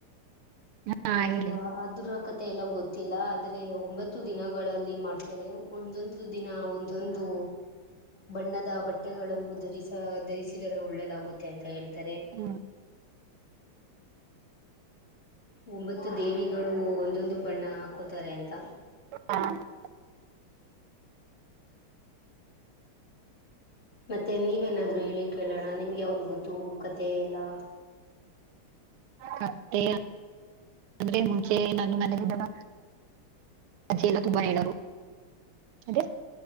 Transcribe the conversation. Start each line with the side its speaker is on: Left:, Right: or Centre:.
Right: ಹಾ
Left: ಅದು
Right: ಹೇಳಿ.
Left: ಅದರ ಕಥೆ ಎಲ್ಲಾ ಗೊತ್ತ್ ಗೊತ್ತಿಲ್ಲ ಆದ್ರೆ ಒಂಬತ್ತು ದಿನಗಳಲ್ಲಿ ಮಾಡ್ತಾರೆ ಒಂದೊಂದು ದು ದಿನ ಒಂದೊಂದು ಬಣ್ಣದ ಬಟ್ಟೆಗಳನ್ನು ಧರಿಸಿ ಧರಿಸಿದರೆ ಒಳ್ಳೇದಾಗುತ್ತೆ ಅಂತ ಹೇಳ್ತಾರೆ.
Right: ಹ್ಮ್
Left: ಒಂಬತ್ತು ದೇವಿಗಳು ಒಂದೊಂದು ಬಣ್ಣ ಹಾಕೋತಾರೆ ಅಂತ.
Right: ಹಾ <unintelligible>
Left: ಮತ್ತೆ ನೀವೇನಾದರೂ ಹೇಳಿ ಕೇಳೋಣ ನಿಮ್ಗೆ ಯಾವ್ದು ಗೊತ್ತು ಕಥೆ ಎಲ್ಲಾ.
Right: ಕಥೆ ಅಂದ್ರೆ ಮುಂಚೆ ನ ಮ <unintelligible> ಅಜ್ಜೆ ಎಲ್ಲ ತುಂಬಾ ಹೇಳರು ಅದೇ <unintelligible>